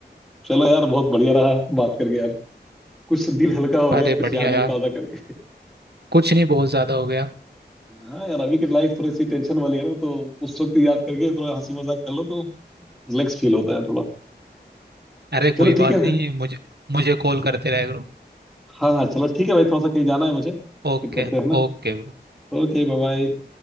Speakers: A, in the centre; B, on the right (about 65°).
A: चलो यार बहुत बढ़िया रहा बात करके यार कुछ दिल हल्का हो
B: अरे
A: गया कुछ
B: बढ़िया
A: यादें
B: यार
A: ताज़ा करके
B: कुछ नहीं बहुत ज्यादा हो गया
A: हाँ यार अभी की लाइफ थोड़ी सी टेंशन वाली है ना तो उस वक्त याद करके थोड़ा हंसी मजाक कर लो तो रिलैक्स फील होता है थोड़ा
B: अरे कोई
A: चलो
B: बात
A: ठीक है भाई
B: नहीं मुझे मुझे कॉल करते रह करो
A: हाँ हाँ चलो ठीक है भाई थोड़ा सा कहीं जाना है मुझे
B: ओके
A: फिर करते हैं ना
B: Okay bro
A: ओके Bye bye